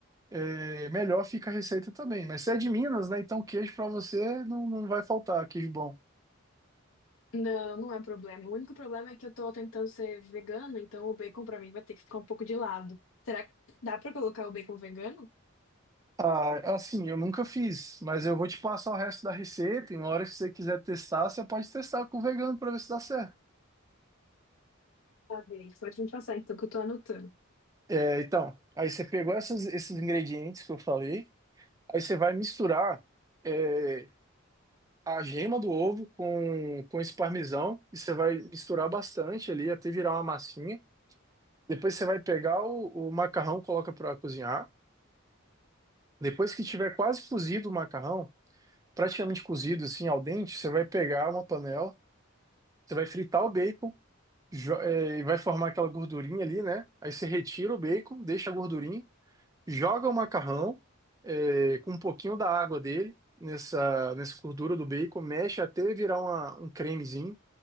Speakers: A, on the right; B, on the left.
A: é, melhor fica a receita também. Mas você é de Minas, né? Então queijo para você não, não vai faltar, queijo bom.
B: Não, não é problema. O único problema é que eu tô tentando ser vegana, então o bacon pra mim vai ter que ficar um pouco de lado. Será que dá pra colocar o bacon vegano?
A: Ah, assim, eu nunca fiz, mas eu vou te passar o resto da receita. E uma hora que você quiser testar, você pode testar com o vegano para ver se dá certo.
B: Tá bem, pode me passar então que eu tô anotando.
A: É, então, aí você pegou essas- esses ingredientes que eu falei, aí você vai misturar é, a gema do ovo com, com esse parmesão, e você vai misturar bastante ali até virar uma massinha. Depois você vai pegar o, o macarrão, coloca para cozinhar. Depois que tiver quase cozido o macarrão, praticamente cozido assim al dente, você vai pegar uma panela, você vai fritar o bacon, jo- é, e vai formar aquela gordurinha ali, né? Aí você retira o bacon, deixa a gordurinha. joga o macarrão é, com um pouquinho da água dele nessa, nessa gordura do bacon, mexe até virar uma- um cremezinho